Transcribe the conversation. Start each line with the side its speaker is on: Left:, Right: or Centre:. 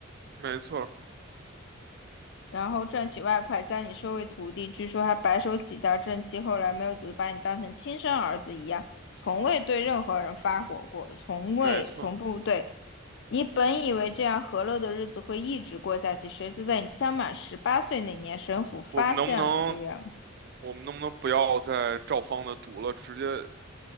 Right: 没错儿
Left: 然后赚取外快，将你收为徒弟。据说他白手起家正气，后来没有只是把你当成亲生儿子一样，从未对任何人发火过，从未从不对。
Right: 没错儿
Left: 你本以为这样和乐的日子会一直过下去，谁知在你将满十八岁那年，神府发现了一个人，
Right: 我们能不能我们能不能不要再照方的读了，直接